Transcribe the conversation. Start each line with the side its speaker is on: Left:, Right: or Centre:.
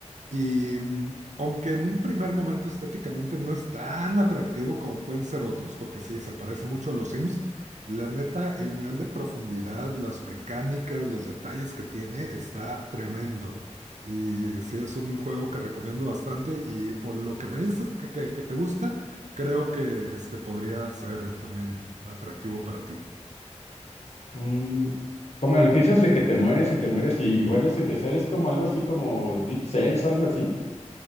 Right: Y mm, aunque en un primer momento estéticamente no es tan atractivo como pueden ser otros, porque sí, se parece mucho a los Sims, la neta, el nivel de profundidad, las mecánicas, los detalles que tiene está tremendo. Y sí, es un juego que recomiendo bastante y por lo que me dices que, que- que te gusta, creo que este podría ser también atractivo para ti.
Left: Mm, como el que dices de que te mueres y te mueres y, y vuelves a empezar, es como algo así como Deep Cells o algo así.